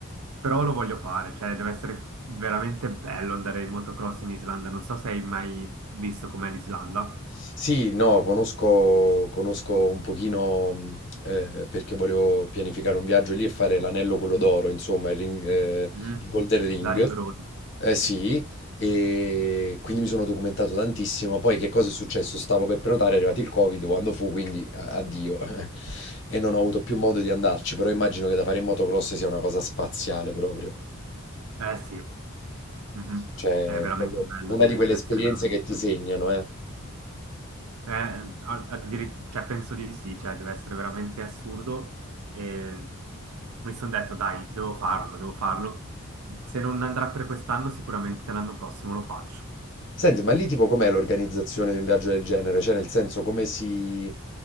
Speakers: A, on the right; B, on the left.
A: Però lo voglio fare, cioè deve essere f- veramente bello andare in motocross in Islanda. Non so se hai mai visto com'è l'Islanda.
B: Sì, no, conosco, conosco un pochino mh, eh, perché volevo pianificare un viaggio lì e fare l'anello quello d'oro, insomma, il, ring- eh,
A: Mhm.
B: il Golden Ring.
A: La Ring Road.
B: Eh sì, e quindi mi sono documentato tantissimo. Poi che cosa è successo? Stavo per prenotare, è arrivato il Covid quando fu, quindi a- addio. <laughs> E non ho avuto più modo di andarci, però immagino che da fare in motocross sia una cosa spaziale proprio.
A: Eh sì, Mhm.
B: Cioè,
A: È veramente
B: è proprio
A: bello,
B: una
A: cioè
B: di quelle
A: deve
B: esperienze
A: essere veramente...
B: che ti segnano, eh.
A: eh, a- addirittu- cioè, penso di sì, cioè deve essere veramente assurdo. E mi sono detto, dai, devo farlo, devo farlo. Se non andrà per quest'anno, sicuramente l'anno prossimo lo faccio.
B: Senti, ma lì tipo com'è l'organizzazione di un viaggio del genere? Cioè, nel senso, come si,